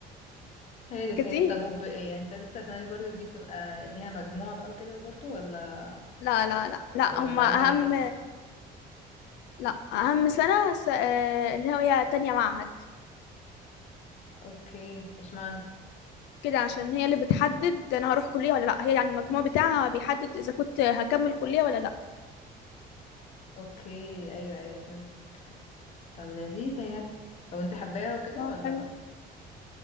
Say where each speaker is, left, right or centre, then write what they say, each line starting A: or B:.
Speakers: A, on the left (about 40°); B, on the left (about 85°).
A: هادت
B: كتير
A: هادت طب وب... يعني تالتة ثانوي برضو دي بتبقى ليها مجموعة بقى وكده برضو ولا
B: لا لا لا لا
A: ولا
B: هما
A: عادي
B: أهم
A: بده
B: لا اهم سنه س... آه، اللي هي تانية معهد
A: اوكي اشمعنى
B: كده عشان هي اللي بتحدد انا هروح كليه ولا لا هي يعني المجموع بتاعها بيحدد اذا كنت هكمل كليه ولا لا
A: اوكي ايوه ايوه فهمت طب لذيذة يعني طب انت حباها وكده
B: اه
A: ولا
B: حلو